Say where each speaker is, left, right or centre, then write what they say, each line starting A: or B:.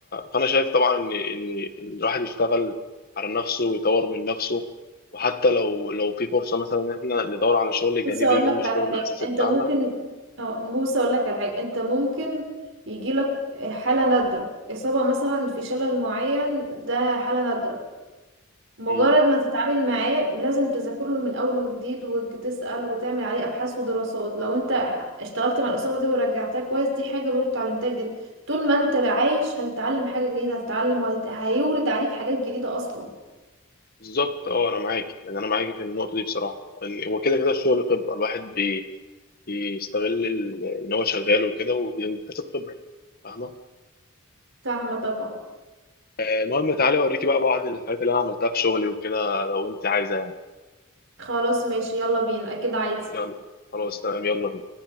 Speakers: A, on the left; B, on the right.
A: فانا شايف طبعا ان ان إن الواحد يشتغل على نفسه ويطور من نفسه وحتى لو لو في فرصه مثلا ان احنا ندور على شغل جانبي
B: بص اقول
A: جنب
B: لك
A: الشغل
B: على حاجه
A: الاساسي
B: انت
A: بتاعنا
B: ممكن اه بص اقول لك على حاجه انت ممكن يجي لك حاله نادره اصابه مثلا في شلل معين ده حاله نادره مجرد
A: امم
B: ما تتعامل معاه لازم تذاكر له من اول وجديد وتسال وتعمل عليه ابحاث ودراسات لو انت اشتغلت مع الاصابه دي ورجعتها كويس دي حاجه برضو اتعلمتها جديد طول ما انت عايش هتتعلم حاجه جديده هتتعلم وهت... هيورد عليك حاجات جديده اصلا
A: بالظبط اه انا معاك يعني انا معاك في النقطه دي بصراحه وإن- هو كده كده الشغل خبره الواحد بي... بيستغل ال- ان هو شغال وكده وبيكتسب خبره فاهمه
B: فاهمه طبعا
A: آه، المهم تعالي اوريكي بقى بعض الحاجات اللي انا عملتها في شغلي وكده لو انت عايزه يعني
B: خلاص ماشي يلا بينا اكيد عايز
A: يلا خلاص تمام يلا بينا